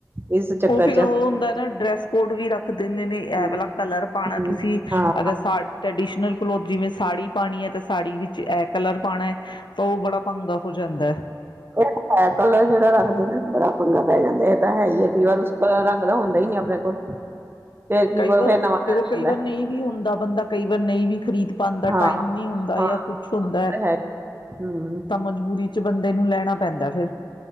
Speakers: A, on the right (about 30°); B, on the left (about 75°).
A: ਇਸ ਚੱਕਰ
B: ਉਹ ਫੇਿਰ
A: ਚ
B: ਉਹ ਹੁੰਦਾ ਨਾ ਡਰੈਸ ਕੋਡ ਵੀ ਰੱਖ ਦਿੰਦੇ ਨੇ ਇਹ
A: ਹਮ
B: ਵਾਲਲਾ ਕਲਰ ਪਾਣਾ
A: ਹਮ
B: ਤੁਸੀਂ
A: ਹਾਂ
B: ਅਗਰ ਸਾ ਟਰਡੀਸ਼ਨਲ ਕਲੋਥ ਜਿਵੇਂ ਸਾੜੀ ਪਾਉਣੀ ਹੈ ਤਾਂ ਸਾੜੀ ਵਿੱਚ ਤੇ ਏਹ ਕਲਰ ਪਾਉਣਾ ਹੈ ਤਾਂ ਉਹ ਬੜਾ ਭੰਗਾ ਹੋ ਜਾਂਦਾ ਹੈ
A: ਇਹ ਹੈ ਕਲਰ ਜਿਹੜਾ ਰੱਖਦੇ ਨੇ ਬੜਾ ਪੰਗਾ ਪੈ ਜਾਂਦਾ ਹੈ ਐ ਤਾਂ ਇਹੀ ਹੈ ਅਗਲੀ ਵਾਰ ਉਸ ਕਾ ਰੰਗ ਪਹਿਲਾ ਹੁੰਦਾ ਹੀ ਨਹੀ ਆਪਣੇ ਕੋਲ ਫੇਰ ਕੀ
B: ਕਈ ਵਾਰ
A: ਫੇਰ ਨਵਾਂ
B: ਦੇਖੋ
A: ਲੈਣਾ
B: ਕਈ
A: ਪੈਂਦਾ
B: ਵਾਰ ਨਹੀਂ ਵੀ ਹੁੰਦਾ ਬੰਦਾ ਕਈ ਵਾਰ ਨਹੀਂ ਵੀ ਖ਼ਰੀਦ ਪਾਉਂਦਾ
A: ਹਾਂ
B: ਟਾਈਮ ਨਹੀਂ ਹੁੰਦਾ
A: ਹਾਂ
B: ਜਾਂ ਕੁਛ ਹੁੰਦਾ
A: ਉਹ
B: ਹੈ
A: ਤਾਂ ਹੀ ਹਮ
B: ਤਾਂ ਮਜਬੂਰੀ ਚ ਬੰ ਤੈਨੂੰ ਲੈਣਾ ਪੈਂਦਾ ਫਿਰ